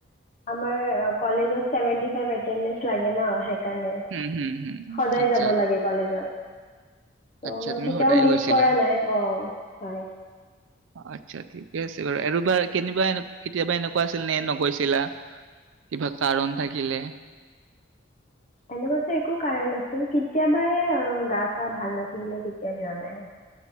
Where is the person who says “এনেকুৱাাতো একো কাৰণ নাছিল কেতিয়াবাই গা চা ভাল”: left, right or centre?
Left